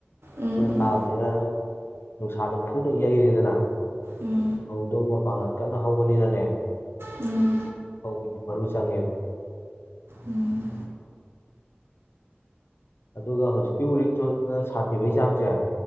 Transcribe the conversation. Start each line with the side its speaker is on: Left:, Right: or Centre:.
Right: ꯎꯝ ꯎꯝ
Left: ꯇꯥꯕꯅꯤꯅ ꯅꯨꯡꯁꯥꯗꯣ ꯐꯨꯅ ꯌꯩꯔꯦꯗꯅ
Right: ꯎꯝ
Left: ꯐꯧꯗꯣ ꯃꯄꯥꯡꯒꯜ ꯀꯟꯅ ꯍꯧꯕꯅꯤꯅꯅꯦ
Right: ꯎꯝ
Left: ꯐꯧꯗꯨꯗꯤ ꯃꯔꯨ ꯆꯪꯉꯦꯕ
Right: ꯎꯝ
Left: ꯑꯗꯨꯒ ꯍꯧꯖꯤꯛꯀꯤ ꯎꯔꯤꯛ ꯆꯣꯅ ꯁꯥꯊꯤꯕꯩ ꯆꯥꯡꯁꯦ